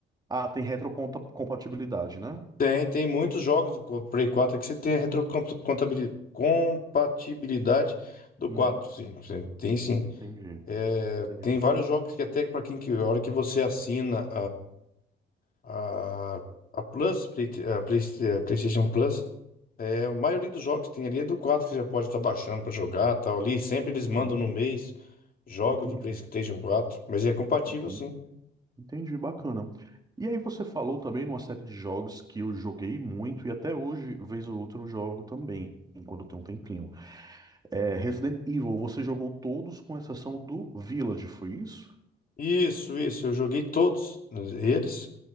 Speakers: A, on the right; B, on the left.
A: Ah, tem retrocompatibilidade, né?
B: Tem, tem muitos jogos do Play 4 que você tem a retrocompatibilidade do
A: Uhum.
B: quatro sim. sim, Tem sim.
A: Entendi.
B: É,
A: Entendi.
B: tem vários jogos que até para quem que a hora que você assina a, a, a Plus, Play- a Play- a PlayStation Plus, é, a maioria dos jogos que tem ali é do 4 que você já pode estar baixando para jogar, tal ali. Sempre eles
A: Uhum.
B: mandam no mês jogos
A: Entendi.
B: do PlayStation quatro mas é compatível
A: Uhum.
B: sim.
A: Entendi, bacana. E aí você falou também numa série de jogos que eu joguei muito e até hoje, vez ou outra, eu jogo também, quando tem um tempinho. É, Resident Evil, você jogou todos com exceção do Village, foi isso?
B: Isso, isso. Eu joguei todos eles,